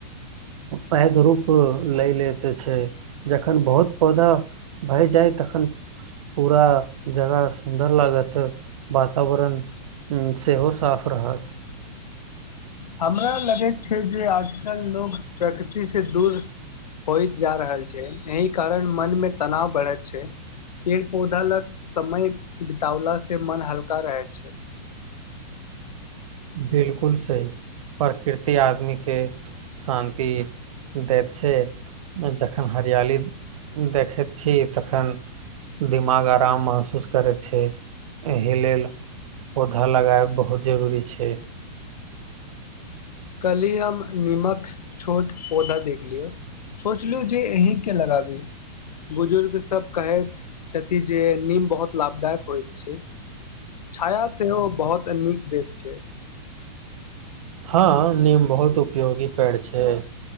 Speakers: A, on the right (about 60°); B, on the left (about 85°).
A: पैध रूप लय लेैत छै जखन बहुत पौधा भय जाय तखन पूरा जगह सुन्दर लागत वातावरण। हूँ सेहो साफ रहत
B: हमरा लगैत छै जे आजकल लोग प्रकृति से दूर होइत जा रहल छै एहि कारण मनमे तनाव बढ़ैत छै पेड़ पौधा लग समय बितावला से मन हल्का रहैत छै
A: बिल्कुल सही प्रकृति आदमीके शान्ति दैत छै जखन हरियाली देखैत छी तखन दिमाग आराम महसूस करैत छै एहि लेल पौधा लगायब बहुत जरूरी छै ख <inaudible>
B: कलहि हम नीमक छोट पौधा देखलियौ सोचलहु जे अहीके लगाबी बुजुर्गसभ कहैत छथि जे नीम बहुत लाभदायक होइत छै छाया सेहो बहुत नीक देैत छै
A: हँ नीम बहुत उपयोगी पेड़ छै